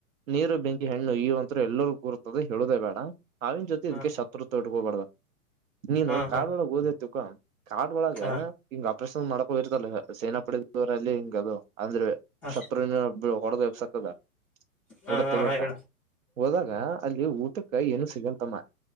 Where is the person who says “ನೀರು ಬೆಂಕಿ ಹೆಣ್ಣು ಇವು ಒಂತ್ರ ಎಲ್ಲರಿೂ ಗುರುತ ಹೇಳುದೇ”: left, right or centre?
Right